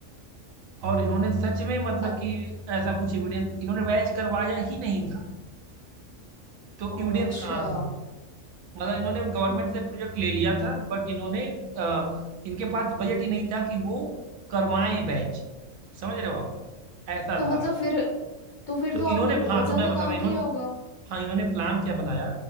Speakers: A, on the right; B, on the left.
A: और इन्होंने सच में मतलब
B: अ-
A: कि ऐसा कुछ एविडेंस इन्होंने बैच करवाया ही नहीं था तो
B: ओ
A: एविडेंस
B: अच्छा
A: कहाँ से होंगे मतलब इन्होंने गवर्नमेंट
B: हम्म
A: से प्रोजेक्ट ले लिया था बट इन्होंने अ, इनके पास बजट ही नहीं था कि वो करवाएं बैच समझ रहे हो आप ऐसा
B: तो मतलब
A: था
B: फिर तो फिर
A: तो
B: तो आपने
A: इन्होंने
B: बहुत
A: हाँ
B: ज्यादा
A: तो मैं बता
B: काम
A: रहा हूँ इन्होंने
B: किया होगा
A: हाँ इन्होंने प्लान क्या बनाया